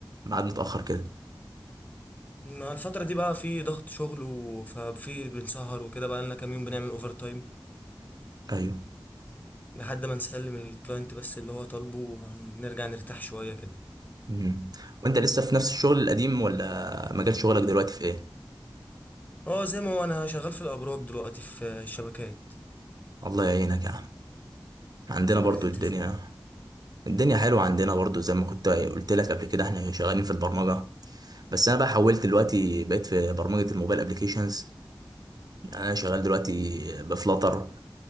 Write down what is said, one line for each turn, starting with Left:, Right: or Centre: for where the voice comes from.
Right: ميعاد متاخر كده
Left: ما الفتره دي بقى في ضغط شغل و... ففي بنسهر وكده بقى لنا كام يوم بنعمل اوفر تايم
Right: ايوه
Left: لحد ما نسلم الكلاينت بس اللي هو طالبه ونرجع نرتاح شويه كده
Right: مم. وانت لسه في نفس الشغل القديم ولا مجال شغلك دلوقتي في ايه؟
Left: اه زي ما هو انا شغال في الابراج دلوقتي في شبكات
Right: الله يعينك يا عم عندنا
Left: شبكات
Right: برضو
Left: التليفون
Right: الدنيا الدنيا حلوة عندنا برضو زي ما كنت قلت لك قبل كده احنا شغالين في البرمجة بس انا بقى حولت دلوقتي بقيت في برمجة الموبايل ابليكيشنز يعني انا شغال دلوقتي بفلاتر